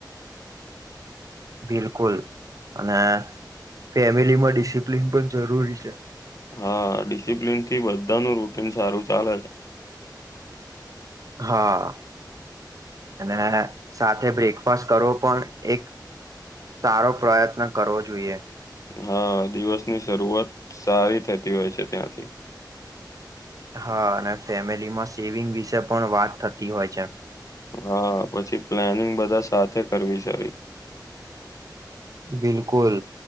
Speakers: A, on the left; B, on the right.
A: <inaudible>
B: બિલકુલ અને ફેમિલીમાં ડિસિપ્લિન પણ જરૂરી છે.
A: હા ડિસિપ્લિનથી બધાનું રૂટીન સારું ચાલે છે.
B: હા અને સાથે બ્રેકફાસ્ટ કરો પણ એક સારો પ્રયત્ન કરવો જોઈએ.
A: હા દિવસની શરૂઆત સારી થતી હોય છે ત્યાંથી
B: હા, અને ફેમિલીમાં સેવિંગ વિશે પણ વાત થતી હોય છે.
A: હા, પછી પ્લાનિંગ બધા સાથે કરવી સારી.
B: બિલકુલ,